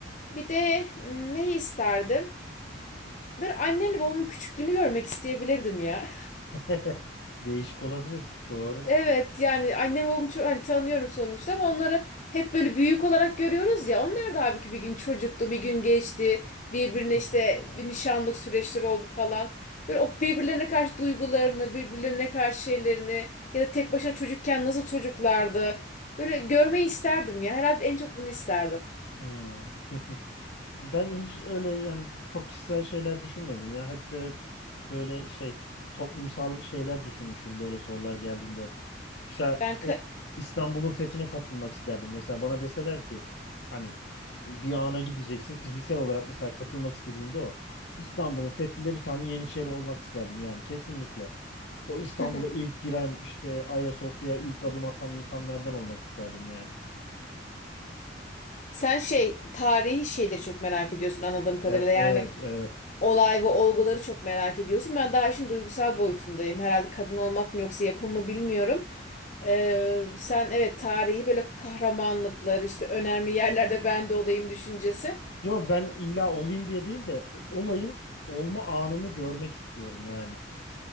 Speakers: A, on the left; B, on the left.
A: Bir de mm, neyi isterdim? Böyle annemle babamın küçüklüğünü görmek isteyebilirdim ya.
B: <laughs> Değişik olabilir. Doğru.
A: Evet yani annem babamı çok hani tanıyorum sonuçta ama onları hep böyle büyük olarak görüyoruz ya. Onlar da abi ki bir gün çocuktu, bir gün geçti. Birbirine
B: <laughs>
A: işte bir nişanlık süreçleri oldu falan. Böyle o birbirlerine karşı duygularını, birbirlerine karşı şeylerini ya da tek başına çocukken nasıl çocuklardı. Böyle görmeyi isterdim ya. Herhalde en çok bunu isterdim.
B: Hmm. <laughs> Ben hiç öyle yani çok kişisel şeyler düşünmedim ya. Hep böyle, böyle şey toplumsal şeyler düşünmüşüm böyle sorular geldiğinde. Mesela
A: Ben ka-
B: e, İstanbul'un fethine katılmak isterdim. Mesela bana deseler ki hani bir ana gideceksin fiziksel olarak mesela katılmak istediğimde o. İstanbul'un fethinde bir tane yeniçeri olmak isterdim yani kesinlikle. Bu İstanbul'a
A: <laughs>
B: ilk giren işte Ayasofya'ya ilk adım atan insanlardan olmak isterdim yani.
A: sen şey tarihi şeyleri çok merak ediyorsun anladığım kadarıyla.
B: E-
A: Yani
B: evet, evet.
A: olay ve olguları çok merak ediyorsun. Ben daha işin duygusal boyutundayım. Herhalde kadın olmak mı yoksa yapım mı bilmiyorum. Ee, sen evet tarihi böyle kahramanlıklar işte önemli yerlerde ben de olayım düşüncesi.
B: Yo ben illa olayım diye değil de o- olayın olma anını görmek istiyorum yani.